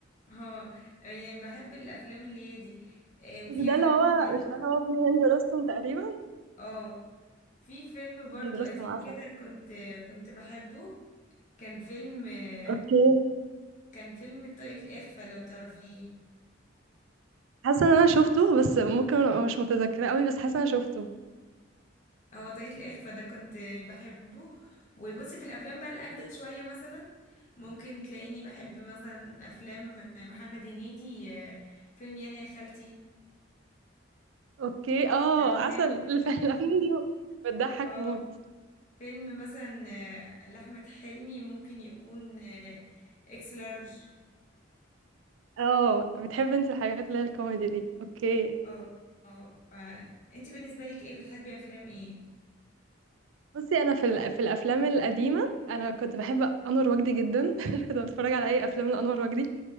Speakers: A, on the left (about 40°); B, on the right (about 80°).
A: <laughs> اه يعني بحب الافلام اللي هي دي آه، وفي
B: مش ده
A: افلام
B: اللي هو
A: برضو
B: مش ده اللي هو فيه هند رستم تقريبا
A: اه في فيلم برضو
B: هند رستم
A: قديم
B: عسل
A: كده كنت كنت بحبه كان فيلم آه،
B: اوكي
A: كان فيلم طاقية الإخفاء لو تعرفيه
B: حاسه ان انا شفته بس ممكن ابقى مش متذكره قوي بس حاسه ان انا شفته
A: هو طاقية الإخفاء ده كنت بحبه وبصي في الأفلام بقى الأجدد شوية مثلا ممكن تلاقيني بحب مثلا أفلام محمد هنيدي آه، فيلم يانا يا خالتي
B: اوكي اه
A: أفلام
B: عسل <laughs> الف- الافلام دي بتضحك
A: اه
B: موت
A: فيلم مثلا آه، لأحمد حلمي ممكن يكون آه، إكس لارج
B: اه بتحب انت الحاجات اللي هي الكوميدي دي اوكي
A: اه اه فأنت بالنسبة لك ايه بتحبي أفلام ايه؟
B: بصي انا في ال- في الافلام القديمه انا كنت بحب انور وجدي جدا <laughs> كنت بتفرج على اي افلام لانور وجدي